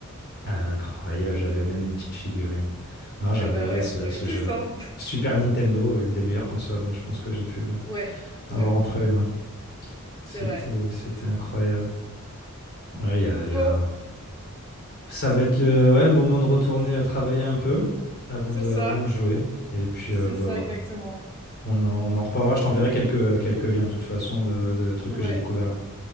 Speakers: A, on the left; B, on the left.
A: Incroyable, j'avais même une petite figurine. Non, j'adorais
B: Ah bah, ouais,
A: ce,
B: on avait
A: ce
B: tous,
A: jeu-là.
B: hein.
A: Super Nintendo, une des meilleures consoles, je pense que j'ai pu euh,
B: Ouais,
A: avoir
B: ouais,
A: entre les mains. C'était,
B: c'est vrai.
A: c'était incroyable. Ouais, il y a,
B: Bon,
A: il y a- Ça va être le, ouais, le moment de retourner euh, travailler un peu avant
B: c'est
A: de,
B: ça,
A: avant de jouer. Et puis,
B: c'est
A: euh, bah,
B: ça exactement.
A: on en, on en reparlera. Je t'enverrai quelques, quelques liens, de toute façon, de, de trucs
B: Ouais,
A: que j'ai découverts là.